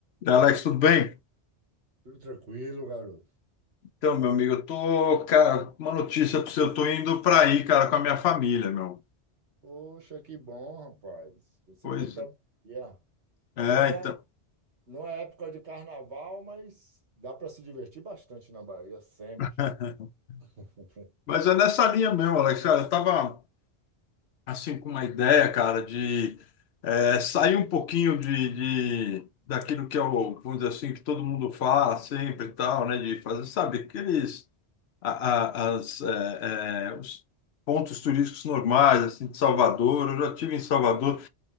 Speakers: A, on the left; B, on the right.
A: Alex, tudo bem?
B: Tudo tranquilo, garoto.
A: Então, meu amigo, eu tô, cara, uma notícia para você, eu tô indo para aí, cara, com a minha família, meu.
B: Poxa, que bom, rapaz. Você
A: Pois
B: vem para Bahia.
A: é,
B: Não é,
A: então.
B: não é época de carnaval, mas dá para se divertir bastante na Bahia, sempre.
A: <laughs>
B: <laughs>
A: Mas é nessa linha mesmo, Alex, cara, eu tava, assim, com uma ideia, cara, de é, sair um pouquinho de, de- daquilo que é o, vamos dizer assim, que todo mundo fala sempre e tal, né, de fazer, sabe, aqueles, a- a- as, é, é, os pontos turísticos normais, assim, de Salvador, eu já tive em Salvador,